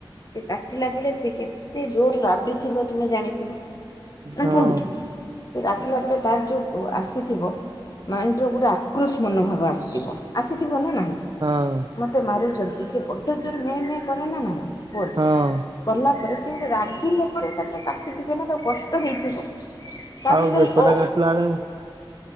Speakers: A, on the left (about 45°); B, on the right (about 50°).
A: ସେ କାଟିଲା ବେଳେ ସେ କେତେ ଜୋର ରାବିଥିବ ତୁମେ ଜାଣିଥିବ ନା
B: ହଁ।
A: କୁହନ୍ତୁ ରାଗିଲା ବେଳେ ତାର ଯଉଆସିଥିବ ମାଇଣ୍ଡର ଗୁଟେ ଆ କୃୁଶ ମନୋଭାଗ ଆସିଥିବ ଆସିଥିବ ନା ନାହିଁ?
B: ହଁ
A: ମୋତେ ମାରୁଛନ୍ତି ସେ ବଡ଼ ଜୋରେ ମେଁ ମେ କରେ ନା ନାହିଁ କୁହନ୍ତୁ?
B: ହଁ।
A: କଲା ପରେ ସେ ଗୋଟେ ରାଗିଲେ ପରେ ତାପରେ କାଟିଥିବେ ନା ତା କଷ୍ଟ ହେଇଥିବ ତା
B: ଆଉ
A: ଭିତରେ
B: ବେକଟା
A: କ
B: କାଟିଲା ବେଳେ